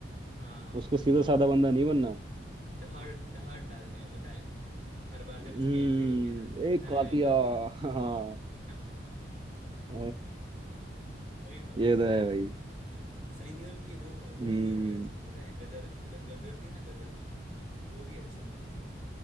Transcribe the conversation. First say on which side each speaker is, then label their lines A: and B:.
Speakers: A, on the right (about 40°); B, on the right (about 25°).
A: हाँ
B: उसको सीधा
A: और वो
B: साधा बंदा नहीं बनना
A: दहाड़ दहाड़ डालता है पता है हर बार
B: हम्म
A: जब उसकी एंट्री होती है ना ऐसे
B: एक
A: है
B: कातिया
A: करके
B: हाँ हाँ।
A: <laughs>
B: <laughs>
A: वही तो
B: ये तो है भाई
A: सनी देओल की वो वो
B: हम्म
A: मूवी भी अच्छी थी पता है गदर गदर गदर थी ना गदर वो भी अच्छी मूवी थी